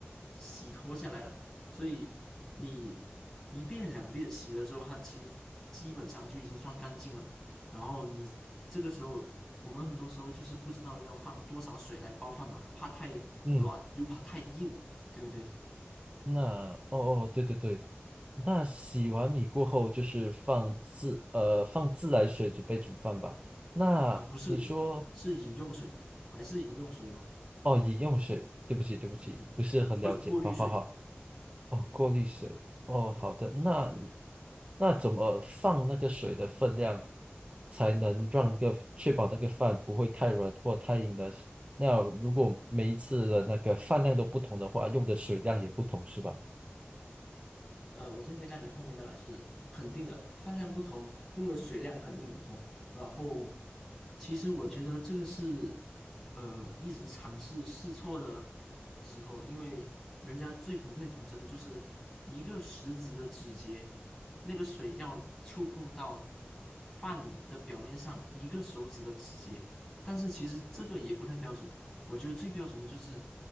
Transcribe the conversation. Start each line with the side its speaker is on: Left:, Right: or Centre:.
Centre: 洗脱下来了，所以你一遍两遍洗了之后，它其实基本上就已经算干净了。然后你这个时候，我们很多时候就是不知道要放多少水来煲饭嘛，怕太软又怕太硬，
Right: 嗯，
Centre: 对不对？
Right: 那哦哦，对对对，那洗完米过后就是放自呃放自来水准备煮饭吧。那你说
Centre: 呃，不是，是饮用水，还是饮用水哦，
Right: 哦，饮用水，对不起对不起，
Centre: 嗯，
Right: 不是很了解。
Centre: 或者过滤水。
Right: 好好好，哦，过滤水，哦，好的。那那怎么放那个水的分量，才能让那个确保那个饭不会太软或太硬的？那如果每一次的那个饭量都不同的话，用的水量也不同，是吧？
Centre: 呃，我先回答你后面的是肯定的，饭量不同，用的水量肯定不同。然后，其实我觉得这个是呃一直尝试试错的时候，因为人家最普遍统称的就是一个食指的指节，那个水要触碰到饭的表面上一个手指的指节，但是其实这个也不太标准。我觉得最标准的就是，